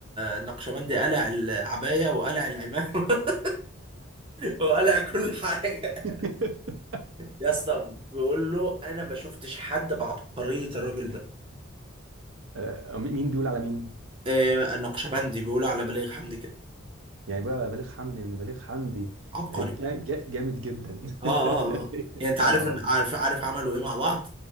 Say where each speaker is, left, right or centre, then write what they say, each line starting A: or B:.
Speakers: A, on the right; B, on the right.
A: النقشبندي قلع العبايه وقلع العمامه <laughs> وقلع كل حاجه
B: <laughs>
A: يا اسطى بيقول له انا ما شفتش حد بعبقريه الراجل ده
B: آه، مين بيقول على مين
A: آه النقشبندي بيقولوا على بليغ حمدي كده
B: يعني بيقول على بليغ حمدي ان بليغ حمدي
A: عبقري
B: آه، جا- جا- جامد جدا <laughs>
A: اه اه اه يعني انت
B: يا
A: عارف
B: نهار
A: إن-
B: ابيض
A: عارف عارف عملوا ايه مع بعض